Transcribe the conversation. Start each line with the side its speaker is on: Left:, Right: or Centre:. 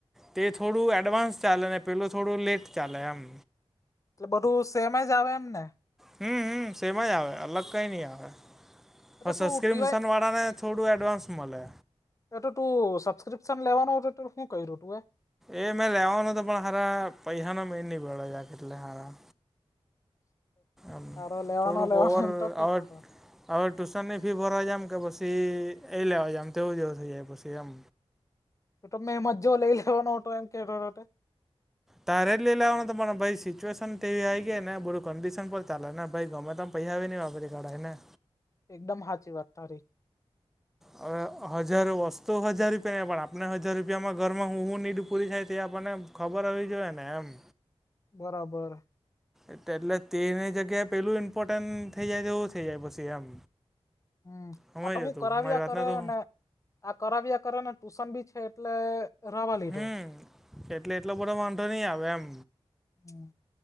Centre: તે થોડું એડવાન્સ ચાલે ને પેલુ થોડું લેટ ચાલે એમ
Left: એટલે બધું સેમજ આવે એમ ને.
Centre: હમ હમ સેમજ આવે અલગ કઈ નઈ આવે. હ
Left: એ તું
Centre: સસ્ક્રીન
Left: ટીવાય
Centre: મિશન વાળાને થોડું એડવાન્સ મળે.
Left: એ તો તું સબસ્ક્રિપ્શન લેવાનો હતો તો શું ક્યું તું એ.
Centre: એ મેં લેવાનો તો પણ હારા પૈયહાં નો મેળ નહ પડે એટલે હારા એમ
Left: તારો લેવાનો
Centre: થોડુંક
Left: લેવાનો
Centre: ઓવરઆઉટ
Left: એમ તો કેતો હતો તું
Centre: હવે ટ્યુશનની ફી ભરવા જામ કે પછી એ લેવા જામ તેવું જેવું થઇ જાય પછી એમ.
Left: તમે એમજ જો લઈ લેવાનો હતો એમ કેયા કરો તો
Centre: તારે જ લઈ લાવવાનું તમાને ભાઈ સિચ્યુએશન તે એવી આવી ગઈ ને બધું કન્ડિશન પર ચાલે ને ભાઈ ગમે તેમ પૈસા બી ની વાપરી કાઢાય ને.
Left: એકદમ હાચી વાત તારી.
Centre: હ હવે હજાર વસ્તુ હજાર રૂપિયાની પણ આપણને હજાર રૂપિયામાં ઘરમાં હું હું હીડ પૂરી થાય તે આપણને ખબર હોવી જોઈએ ને એમ.
Left: બરાબર.
Centre: એટલે તેની જગ્યાએ પેલું ઇમ્પોર્ટન્ટ થઇ જાય તો એવું થઇ જાય પછી એમ.
Left: હમ
Centre: સમજ
Left: આ તો હું
Centre: હતું
Left: કરાવિયા
Centre: મારી વાતને
Left: કરે
Centre: તો
Left: અને આ કરાવીયા કરે ને ટ્યુશન બી છે એટલે રાવા લીધો
Centre: હમ એટલે એટલો બધો વાંધો નહી આવે એમ.
Left: હમ.